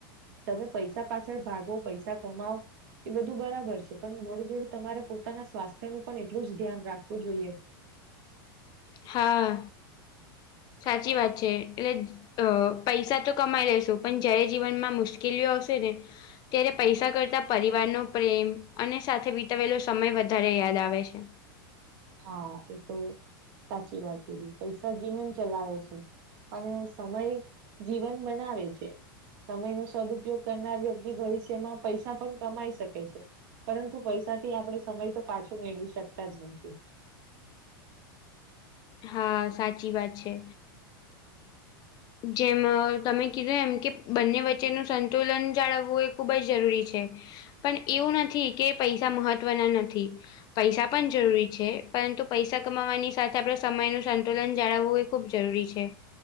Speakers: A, on the right; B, on the left.
A: તમે પૈસા પાછળ ભાગો પૈસા કમાવ. એ બધું બરાબર છે, પણ જોડે જોડું તમારે પોતાના સ્વાસ્થ્ય ન પણ એટલું જ ધ્યાન રાખવું જોઈએ.
B: હા સાચી વાત છે, એટલે. અ પૈસા તો કમાઈ લેશો પણ જયારે જીવનમાં મુશ્કેલીઓ આવશે ને. ત્યારે પૈસા કરતા પરિવારનો પ્રેમ અને સાથે <unintelligible> સમય વધારે યાદ આવે છે.
A: હા એ તો સાચી વાત કીધી પૈસા જીવન ચલાવે છે. અને સમય જીવન બનાવે છે. સમય નો સદઉપયોગ કરનાર વ્યક્તિ ભવિષ્યમાં પૈસા પણ કમાઈ શકે છે. પરંતુ પૈસાથી આપણે સમય તો પાછો મેળવી શકતા જ નથી.
B: હા સાચી વાત છે. જેમ તમે કીધું એમ કે બંને વચ્ચેનું સંતુલન જાળવવું એ ખુબ જ જરૂરી છે. પણ એવું નથી કે પૈસા મહત્વના નથી. પૈસા પણ જરૂરી છે, પરંતુ પૈસા કમાવવાની સાથે આપણે સમયનું સંતુલન જાળવવું. ખૂબ જરૂરી છે.